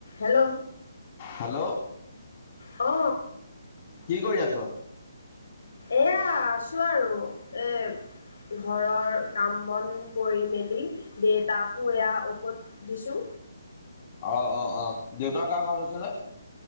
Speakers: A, on the left; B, on the left.
A: হেল্ল'।
B: হেল্ল'।
A: অ।
B: কি কৰি আছোঁ।
A: এয়া আছোঁ আৰু এ। ঘৰৰ কাম বন কৰি মেলি। দেতাকো এয়া ঔষধ দিছোঁ।
B: অ, অ, অ দেউতাৰ গা ভাল হৈছে নে।